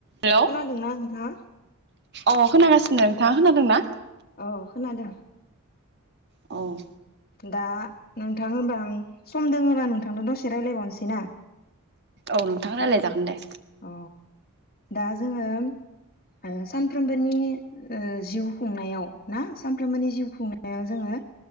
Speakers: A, on the right; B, on the left.
A: Hello
B: खोनादोंना नोंथाङा?
A: अ खोनागासिनो थाङा खोनादोंना
B: औ खोनादों
A: औ
B: दा नोंथां होनबा सम दोङोबा नोंथांजों दसे रायज्लायबावनोसै ना
A: औ नोंथाङा रायज्लायजागोन दे
B: अ दा जोङो ओ सानफ्रोमबोनि ओ जिउ खुंनायाव ना सानफ्रोमबोनि जिउ खुंनायाव जोङो